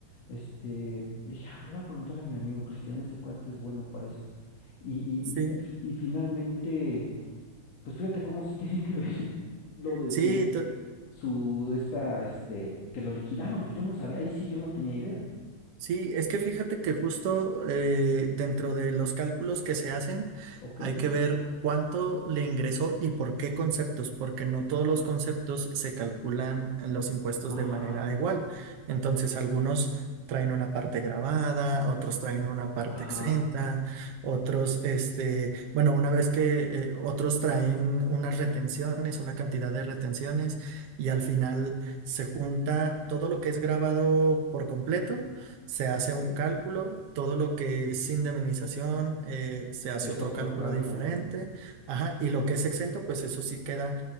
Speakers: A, on the left; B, on the right.
A: Este, dije, ah, me lo voy a preguntar a mi amigo Cristian, ese cuate es bueno para eso. Y, y,
B: Sí,
A: y, y, fi- y finalmente, pues fíjate cómo sí <laughs> tiene que ver <laughs> lo de
B: sí,
A: su, su, esta, este, que lo liquidaron, pues yo no sabía, ahí sí yo no tenía idea,
B: Sí, es que fíjate que justo eh, dentro de los cálculos que se hacen
A: ¿ok?
B: hay que ver cuánto le ingresó y por qué conceptos, porque no todos los conceptos se calculan en los impuestos
A: Ajá,
B: de manera igual. Entonces, algunos traen una parte grabada, otros traen una parte
A: ajá,
B: exenta, otros, este, bueno, una vez que eh, otros traen unas retenciones, una cantidad de retenciones y al final se junta todo lo que es grabado por completo se hace
A: ok.
B: un cálculo, todo lo que es indemnización, eh, se hace
A: Es
B: otro
A: otro
B: cálculo
A: cálculo.
B: diferente, ajá,
A: Ok.
B: y lo que es exento, pues eso sí queda